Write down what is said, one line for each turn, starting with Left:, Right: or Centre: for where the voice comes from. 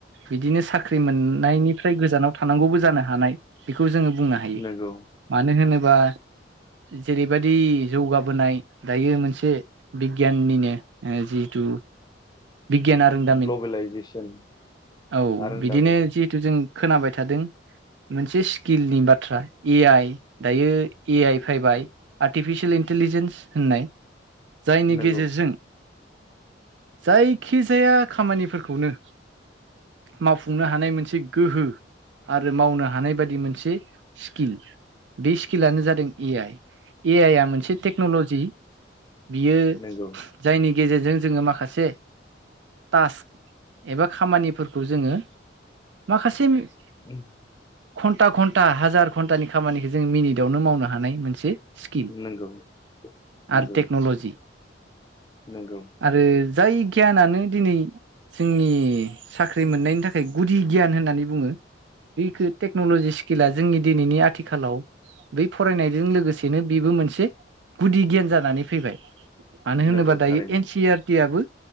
Right: बिदिनो साख्रि मोननायनिफ्राय गोजानाव थानांगौबो जानो हानाय बेखौ जोङो बुंनो हायो
Left: नंगौ
Right: मानो होनोबा जेरैबायदि जौगाबोनाय दायो मोनसे बिगियाननिनो ओ जिहेथु बिगियान आरोंदामिन
Left: ग्लबेलाइजेसन
Right: औ
Left: आरोंदामिन
Right: बिदिनो जिहेतु जों खोनाबाय थादों। मोनसे स्किलनि बाथ्रा ए आइ दायो ए आइ फैबाय आर्टिफिसियेल इन इन्टेलिजेन्स होननाय
Left: <inaudible>
Right: जायनि
Left: नंगौ
Right: गेजेरजों जायखिजाया खामानिफोरखौनो मावफुंनो हानाय मोनसे गोहो आ <unintelligible> रो मावनो हानाय बायदि मोनसे स्किल बेस खिलानो जादों ए आइ ए आइ आ मोनसे टेक्न'ल'जि बियो
Left: नंगौ
Right: जायनि गेजेरजों जोङो माखासे टास्क एबा खामानिफोरखौ जोङो माखासे म <unintelligible>
Left: <unintelligible>
Right: घन्टा घन्टा हाजार घन्टानि खामानिखो जों मिनिदावनो मावनो हानाय मोनसे स्किल
Left: नंगौ नंगौ
Right: आरो टेक्न'ल'जि
Left: नंगौ
Right: आरो जाय गियाना नों दिनै जोंनि साख्रि मोननायनि थाखाय गुदि गियान होननानै बुङो। बेखो टेक्न'लजि स्किला जोंनि दिनैनि आथिखालाव बै फरायनायजों लोगोसेनो बिबो मोनसे गुदि गियान जानानै फैबाय मानो होनोबा
Left: नंगौ
Right: दायो
Left: थारैनो
Right: एन सि आर टि आबो